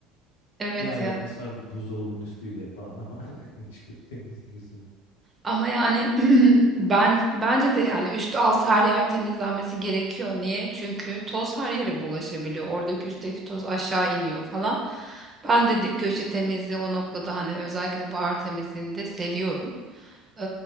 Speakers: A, on the right; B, on the left.
A: evet
B: Ne alakası
A: ya
B: var buzdolabının üstüyle falan ama <laughs> çıkıp temizliyorsun.
A: ama yani <clears throat> ben bence de yani üst alt her yer temizlenmesi gerekiyor. Niye? Çünkü toz her yere bulaşabiliyor. Oradaki üstteki toz aşağı iniyor falan. Ben de dip köşe temizliği o noktada hani özellikle bahar temizliğini de seviyorum. Ee,